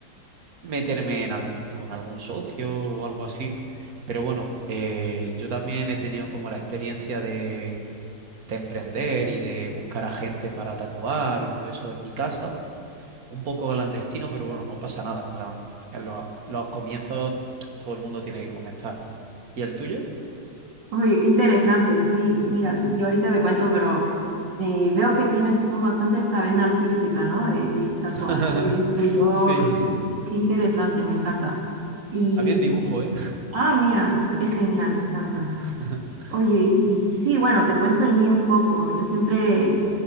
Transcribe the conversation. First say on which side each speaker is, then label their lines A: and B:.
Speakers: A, on the right; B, on the right.
A: meterme en algún, con algún socio o algo así. Pero bueno, eh, yo también he tenido como la experiencia de, de emprender y de buscar a gente para tatuar y todo eso en mi casa. Un poco clandestino, pero bueno, no pasa nada. En plan, en los, los comienzos todo el mundo tiene que comenzar. ¿Y el tuyo?
B: Oye, qué interesante, sí, mira, yo ahorita te cuento, pero eh, veo que tienes tú bastante esta vena artística, ¿no? De, de tatuaje,
A: <laughs>
B: de escultor,
A: Sí,
B: qué interesante, me encanta. Y,
A: también dibujo, ¿eh?
B: ah, mira, qué genial, me encanta.
A: <laughs>
B: Oye, y sí, bueno, te cuento el mío un poco. Yo siempre,